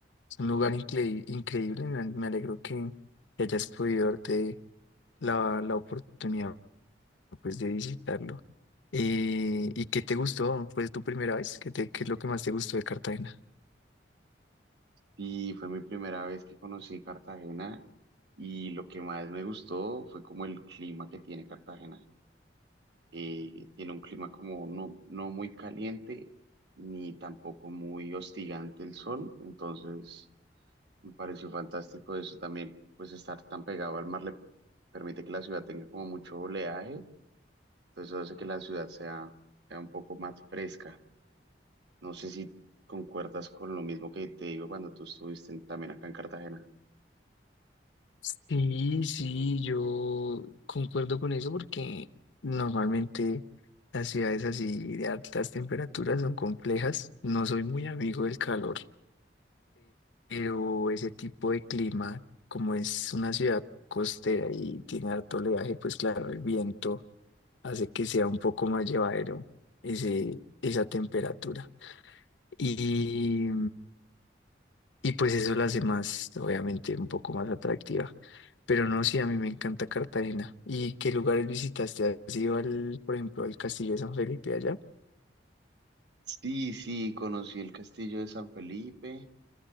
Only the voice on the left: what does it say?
es un lugar incre- increíble. Me, me alegro que, que hayas podido darte la, la oportunidad pues, de visitarlo. Eh, ¿y qué te gustó? ¿Fue tu primera vez? ¿Qué te- qué es lo que más te gustó de Cartagena?
Sí, sí, yo concuerdo con eso porque normalmente las ciudades así de altas temperaturas son complejas. No soy muy amigo del calor. Pero ese tipo de clima, como es una ciudad costera y tiene harto oleaje, pues claro, el viento hace que sea un poco más llevadero ese, esa temperatura. Y, y pues eso la hace más, obviamente, un poco más atractiva. Pero no, sí, a mí me encanta Cartagena. ¿Y qué lugares visitaste? ¿Has ido al, por ejemplo, al Castillo de San Felipe allá?